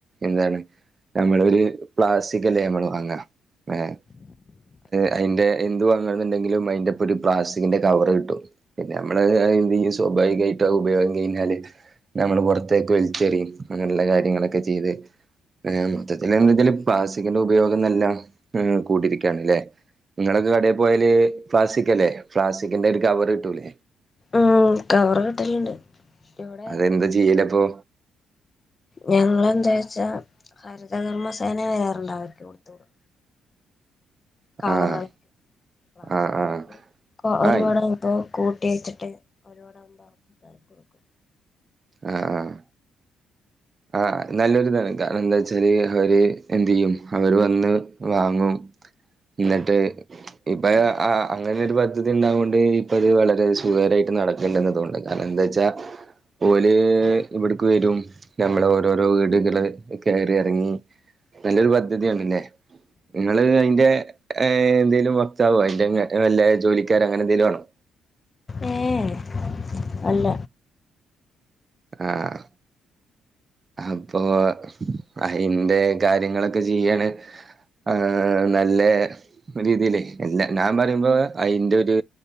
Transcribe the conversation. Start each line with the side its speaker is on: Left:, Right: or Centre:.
Right: എന്താണ് നമ്മള ഒരു പ്ലാസ് സ്റ്റിക് അല്ലേ നമ്മൾ വാങ്ങ ഏഹ് അതിന്റെ എന്ത് വാങ്ങണന്നുണ്ടെങ്കിലും അയിന്റെപ്പൊ ഒരു പ്ലാസ്റ്റിക്കിന്റെ കവറ് കിട്ടും പിന്നെ നമ്മള് എന്തിയും സ്വാഭാവികമായിട്ട് ഉപയോഗം കഴിഞ്ഞാല് നമ്മള് പൊറത്തേക്ക് വലിച്ചെറിയും അങ്ങനെയുള്ള കാര്യങ്ങളൊക്കെ ചെയ്ത് മൊത്തത്തില് എന്തച്ചാല് പ്ലാസ്റ്റിക്കിന്റെ ഉപയോഗം നെല്ലാം കൂടിയിരിക്കുകയാണ് അല്ലേ നിങ്ങളൊക്കെ കടയിൽ പോയല് പ്ലാസ്റ്റിക് അല്ലേ പ്ലാസ്റ്റിക്കിന്റെ ഒരു കവർ കിട്ടൂലേ
Left: ആഹ് കവറ് കിട്ടലുണ്ട് ഇവിടെ
Right: അതെന്താ ചെയ്യല് അപ്പേ
Left: ഞങ്ങെന്താ വെച്ചാ ഹരിതകർമ്മ സേന വരാറുണ്ട് അവർക്ക് കൊടുത്ത് വിടും കവറുകൾ
Right: ആഹ്
Left: പ്ലാസ്റ്റിക്
Right: ആഹ് ആഹ്
Left: ഒരുപാട്
Right: ആയി
Left: ഇപ്പം കൂട്ടി വച്ചിട്ട് ലോഡാകുമ്പോ ആക്രിക്കാർക്ക് കൊടുക്കും
Right: ആഹ് ആഹ് ആഹ് നല്ലൊരിതാണ് കാരണം എന്താ വച്ചാല് അവര് എന്തെയ്യും അവര് വന്ന് വാങ്ങും ഇന്നിട്ട് ഇപ്പൊ അങ്ങന ഒരു പദ്ധതി ഉണ്ടാവണ്ട് ഇപ്പ അത് വളരെ സുഖകരമായിട്ട് നടക്കും ണ്ടെന്ന് തോന്നുന്നു കാരണം എന്താ വച്ചാ ഓല് ഇവിടക്ക് വരും നമ്മളെ ഓരോരോ വീടുകള് കയറി ഇറങ്ങി നല്ലൊരു പദ്ധതിയാണല്ലേ നിങ്ങൾ അതിന്റെ എന്തേലും വക്താവോ അതിന്റെ വല്ല ജോലിക്കാരെ അങ്ങനെ എന്തെങ്കിലും ആണോ
Left: ഏഹ് അല്ല
Right: ആഹ് അപ്പൊ അയിന്റെ കാര്യങ്ങളൊക്കെ ചെയ്യാണ് ആ നല്ല രീതിയിലേ എല്ലാ ഞാൻ പറയുമ്പോ അതിന്റെ ഒരു